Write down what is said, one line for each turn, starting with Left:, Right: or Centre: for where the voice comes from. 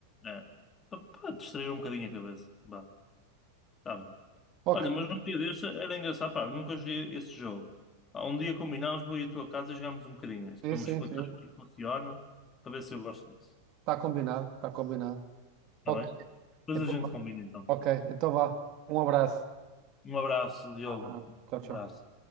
Left: É. Para distrair um bocadinho a cabeça. Vá, tá bem.
Right: Ok,
Left: Olha, mas um dia deste era engraçado, pá, nunca joguei esse jogo. Pá, um dia combinámos, vou ir à tua casa e jogámos um bocadinho isso,
Right: sim,
Left: para
Right: sim,
Left: me explicar
Right: sim.
Left: como é que funciona, para ver se eu gosto disso.
Right: Está combinado, está combinado.
Left: Está
Right: Ok,
Left: bem? Depois
Right: então,
Left: a gente combina então.
Right: ok, então vá. Um abraço.
Left: Um abraço, Diogo.
Right: Ah,
Left: Um
Right: tchau, tchau.
Left: abraço.